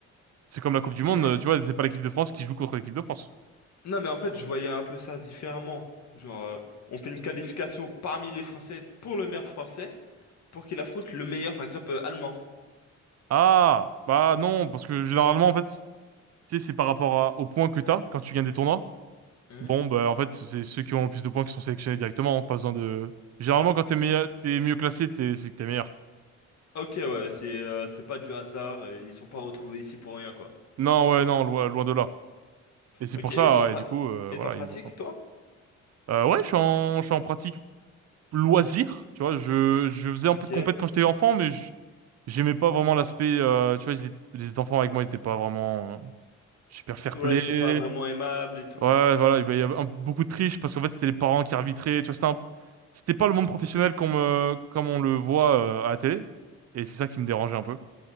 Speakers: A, on the right (about 55°); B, on the left (about 65°).
A: C'est comme la
B: Ok.
A: Coupe du Monde, euh, tu vois, c'est pas l'équipe de France qui joue contre l'équipe de France.
B: Non, mais en fait, je voyais un peu ça différemment. Genre, euh, on fait une qualification parmi les Français pour le meilleur français, pour qu'il affronte le meilleur, par exemple, euh, allemand.
A: Ah, bah non, parce que généralement, en fait, tu sais, c'est par rapport à, aux points que t'as quand tu gagnes des tournois.
B: Hein
A: Bon, bah en fait, c'est ceux qui ont le plus de points qui sont sélectionnés directement, hein, pas besoin de... Généralement, quand t'es meilleur, t'es mieux classé, t'es, c'est que t'es meilleur.
B: Ok, ouais, c'est euh, c'est pas du hasard, euh, ils sont pas retrouvés ici pour rien, quoi.
A: Non, ouais, non, loin, loin de là. Et c'est
B: Ok,
A: pour
B: et
A: ça,
B: t'en pra-
A: euh, et du coup, euh,
B: et
A: voilà,
B: t'en pratiques,
A: ils affrontent.
B: toi?
A: Euh, ouais, je suis en, je suis en pratique. loisir, tu vois, je, je faisais un
B: Ok.
A: peu de compète quand j'étais enfant, mais je- j'aimais pas vraiment l'aspect, euh, tu vois, ils étaient- les enfants avec moi, ils étaient pas vraiment euh, super fair-play.
B: Ouais, ils sont pas vraiment aimables et tout.
A: Ouais, voilà, et ben, il y avait un- beaucoup de triche parce qu'en fait, c'était les parents qui arbitraient, tu vois, c'était un- c'était pas le monde professionnel comme, comme on le voit euh, à la télé, et c'est ça qui me dérangeait un peu.